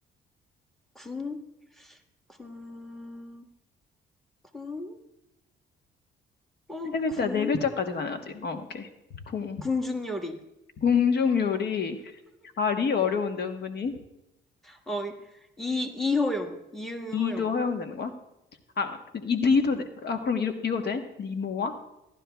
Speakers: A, in the centre; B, on the left.
A: 궁, 궁, 궁, 어,
B: 세 글자,
A: 궁,
B: 네 글자까지 가능하지. 어, 오케이. 궁.
A: 궁중요리.
B: 궁중요리. 아, 리 어려운데, 은근히.
A: 어, 이, 이호용, 이응호용.
B: 이도 허용되는 거야? 아, 이, 리도 돼. 아, 그럼 이, 이거 돼? 리모아?